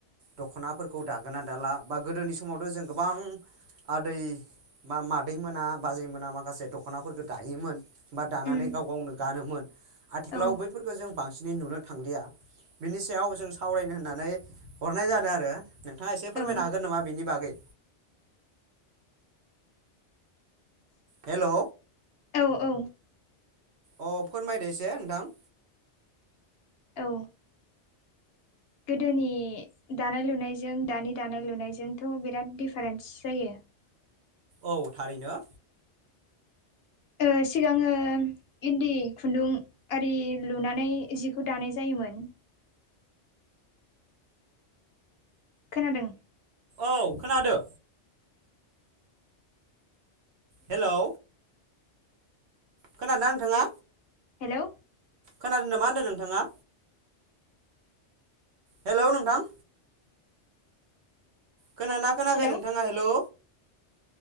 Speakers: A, on the right (about 70°); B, on the left (about 65°).
A: दख'नाफोरखौ दागोना दाला बा गोदोनि समावथ जों गोबां। आदै बा मादै मोना बाजै मोना माखासे दखनाफोरखो दायोन बा दानानै
B: उम
A: गाव गावनो गानोमोन आथिखालाव
B: औ उम
A: बैफोरखो जों बांसिनै नुनो थांलिया। बिनि सायाव जों सावरायनो होननानै हरनाय जादों आरो नोंथांङा एसे फोरमायनो
B: औ
A: हागोन नामा बिनि बाग गै हेलौ।
B: औ औ।
A: अ फोरमायदो एसे नोंथां।
B: औ। गोदोनि दानाय लुनायजों दानि दानाय लुनायजोंथ बिराद दिफारेन्स जायो।
A: औ थारैनो।
B: ओ सिगांङो इन्दि खुन्दुं आरि लुनानै जिखौ दानाय जायो मोन खोनादों।
A: औ खोनादो। हेलौ। खोनादोंना ओनथांङा।
B: हेलौ।
A: खोनादोंना मा होनदों नोंथांङा? हेलौ नोंथां। खोनाना खोनायाखै
B: हेलौ
A: नोंथांङा हेलौ?